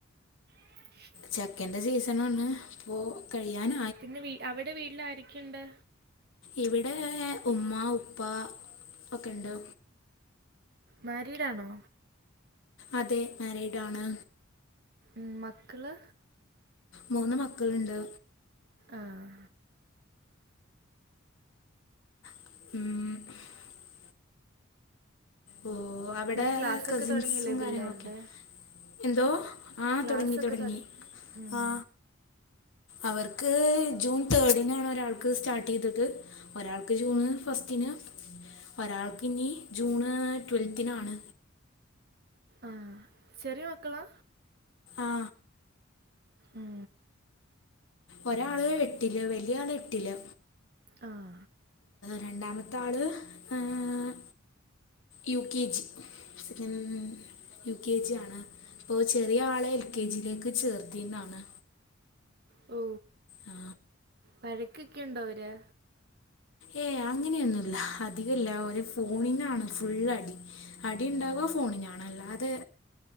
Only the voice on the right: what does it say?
<inaudible>
പിന്നെ വീ അവ്ടെ വീട്ട്ല് ആരെ ക്കേണ്ട്?
മാരീട് ആണോ?
ഉം മക്കള്?
ആഹ്
പിന്നെ ക്ലാസ്സൊക്കെ
തുടങ്ങിയില്ലേ
പിള്ളേരുടെ
ക്ലാസ്സൊക്കെ
തുടങ്ങി ഉം
ആഹ് ചെറിയ മക്കളാ
ഉം
ആഹ്
ഓ
വഴക്കൊക്കെ ഉണ്ടോ അവര്?